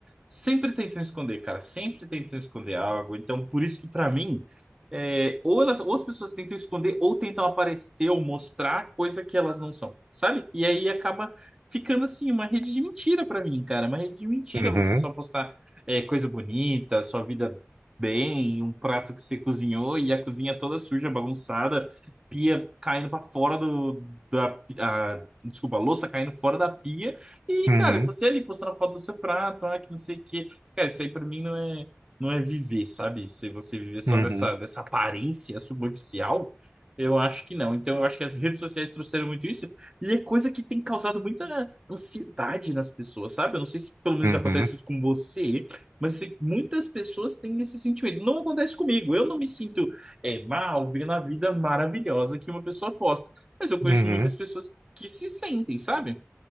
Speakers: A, on the right; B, on the right.
A: sempre tentam esconder, cara, sempre tentam esconder algo. Então, por isso que pra mim, é, ou elas, ou as pessoas tentam esconder, ou tentam aparecer ou mostrar coisa que elas não são, sabe? E aí acaba ficando assim uma rede de mentira pra mim, cara. Uma rede de mentira
B: Uhum,
A: você só postar é, coisa bonita, sua vida bem, um prato que você cozinhou e a cozinha toda suja, bagunçada, pia caindo pra fora do da, a- desculpa, a louça caindo fora da pia. E,
B: uhum,
A: cara, você ali postando a foto do seu prato, ah, que não sei o quê. Cara, isso aí pra mim não é, não é viver, sabe? Se você viver só
B: uhum,
A: dessa, dessa aparência superficial, eu acho que não. Então, eu acho que as redes sociais trouxeram muito isso. E é coisa que tem causado muita ansiedade nas pessoas, sabe? Eu não sei se pelo menos
B: uhum,
A: acontece isso com você, mas eu sei que muitas pessoas têm esse sentimento. Não acontece comigo. Eu não me sinto é, mal vendo a vida maravilhosa que uma pessoa posta. Mas eu conheço
B: uhum,
A: muitas pessoas que se sentem, sabe?